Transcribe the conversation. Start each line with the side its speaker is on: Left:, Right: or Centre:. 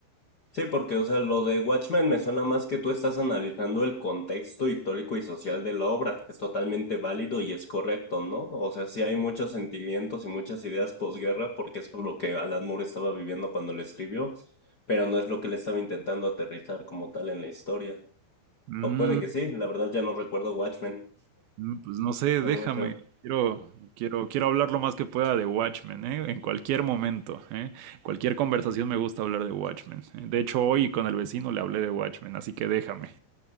Left: sí, porque, o sea, lo de Watchmen me suena más que tú estás analizando el contexto histórico y social de la obra, que es totalmente válido y es correcto, ¿no? O sea, sí hay muchos sentimientos y muchas ideas posguerra, porque es por lo que Alan Moore estaba viviendo cuando lo escribió, pero no es lo que le estaba intentando aterrizar como tal en la historia.
Right: Mm.
Left: O puede que sí, la verdad ya no recuerdo Watchmen,
Right: Mm, Pues no sé,
Left: no
Right: déjame.
Left: mucho.
Right: Quiero, quiero, quiero hablar lo más que pueda de Watchmen, ¿eh? En cualquier momento, ¿eh? Cualquier conversación me gusta hablar de Watchmen. ¿eh? De hecho, hoy con el vecino le hablé de Watchmen, así que déjame.